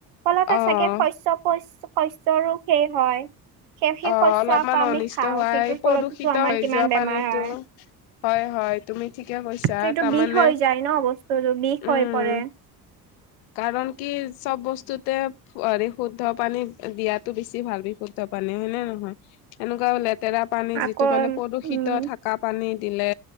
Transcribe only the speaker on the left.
অ',
অ',
অলপমান
অনিষ্ট
হোৱাই
প্ৰদূষিত
হৈ
যোৱা
পানীটো।
হয়, হয়, তুমি ঠিকে কৈছা
তাৰমানে
উম,
কাৰণ কি চব বস্তুতে হৰি শুদ্ধ পানী দিয়াতটো বেছি ভাল বিশুদ্ধ পানী হয় নে, নহয়, এনেকুৱা লেতেৰা পানী
যিটো মানে প্ৰদূষিত
থকা পানীত দিলে